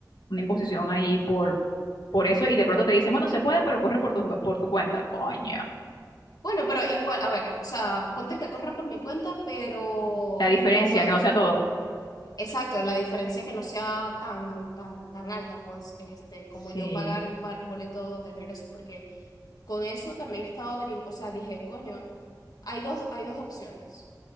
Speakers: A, on the left; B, on the left.
A: una imposición ahí por, por eso, y de pronto te dicen, bueno, se puede, pero corre por tu, por tu cuenta. Coño.
B: Bueno, pero igual, a ver, o sea, ponte que corra por mi cuenta, pero
A: La diferencia,
B: no es
A: que no sea todo.
B: exacto la diferencia que no sea tan, tan, tan alta, pues, este, como
A: Sí,
B: yo pagar un ba- boleto de regreso, porque con eso también he estado averiguando, o sea, dije, coño, hay dos, hay dos opciones,